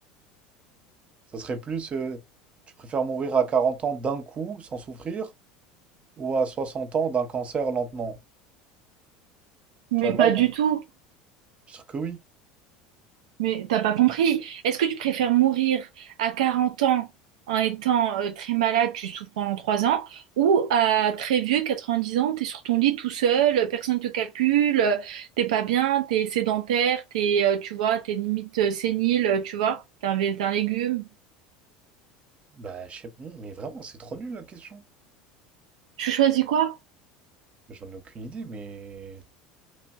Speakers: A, on the right; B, on the right.
A: Ça serait plus. euh, tu préfères mourir à 40 ans d'un coup, sans souffrir? ou à 60 ans d'un cancer lentement?
B: Mais
A: Tu vois, là,
B: pas
A: il
B: du
A: y a
B: tout.
A: que oui.
B: Mais t'as pas compris. Est-ce que tu préfères mourir à 40 ans en étant euh, très malade, tu souffres pendant 3 ans, ou à très vieux, 90 ans, t'es sur ton lit tout seul, personne te calcule, euh, t'es pas bien, t'es sédentaire, t'es, euh, tu vois, t'es limite euh, sénile, euh, tu vois, t'es un, vé- t'es un légume.
A: Bah, je sais pas, mais vraiment, c'est trop nul la question.
B: Je choisis quoi?
A: Mais J'en ai aucune idée, mais